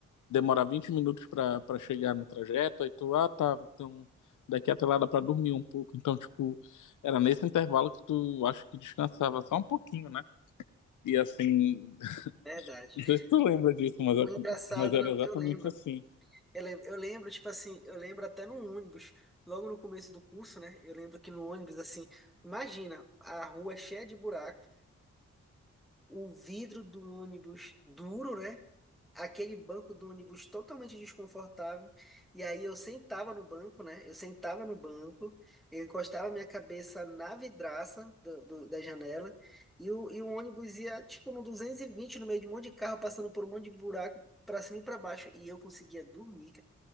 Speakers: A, on the left (about 70°); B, in the centre.
A: demorar 20 minutos pra, pra chegar no trajeto, aí tu, ah, tá, então daqui até lá dá pra dormir um pouco. Então, tipo, era nesse intervalo que tu, acho que descansava só um pouquinho, né? E assim, <laughs>
B: verdade.
A: não sei se tu lembra
B: O,
A: disso,
B: o-
A: mas,
B: o engraçado,
A: mas era
B: não,
A: exatamente
B: eu lembro.
A: assim.
B: Eu lembro, eu lembro, tipo assim, eu lembro até no ônibus, logo no começo do curso, né? Eu lembro que no ônibus, assim, imagina, a rua é cheia de buraco, o vidro do ônibus duro, né? Aquele banco do ônibus totalmente desconfortável. E aí eu sentava no banco, né? Eu sentava no banco, eu encostava minha cabeça na vidraça do- do- da janela, e o, e o ônibus ia, tipo, no 220 no meio de um monte de carro, passando por um monte de buraco, pra cima e pra baixo. E eu conseguia dormir,